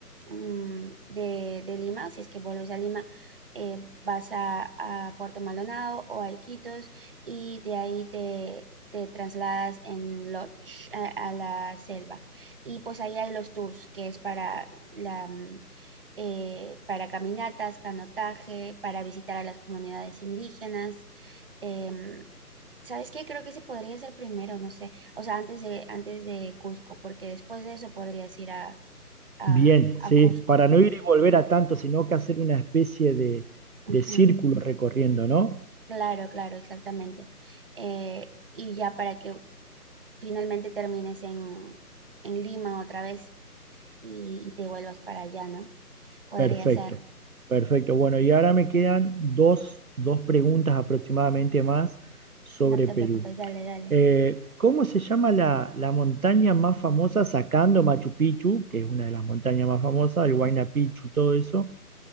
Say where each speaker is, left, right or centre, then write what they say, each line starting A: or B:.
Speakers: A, on the right (about 35°); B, on the right (about 60°).
A: mm, de, de Lima, si es que vuelves a Lima, eh, vas a, a Puerto Maldonado o a Iquitos y de ahí te, te trasladas en Lodge a, a la selva. Y pues ahí hay los tours, que es para la, mm, eh, para caminatas, canotaje, para visitar a las comunidades indígenas. em, ¿Sabes qué? Creo que ese podría ser primero, no sé. O sea, antes de, antes de Cusco, porque después de eso podrías ir a, a,
B: Bien,
A: a
B: sí,
A: Cusco.
B: para no ir y volver a tanto, sino que hacer una especie de,
A: Ujú.
B: de círculo recorriendo, ¿no?
A: Claro, claro, exactamente. Eh, y ya para que finalmente termines en, en Lima otra vez y, y te vuelvas para allá, ¿no? Podría
B: Perfecto,
A: ser.
B: perfecto. Bueno, y ahora me quedan dos, dos preguntas aproximadamente más sobre
A: No te
B: Perú.
A: preocupes, dale, dale.
B: Eh, ¿cómo se llama la, la montaña más famosa, sacando Machu Picchu, que es una de las montañas más famosas,
A: Ujú.
B: el Huayna Picchu, todo eso?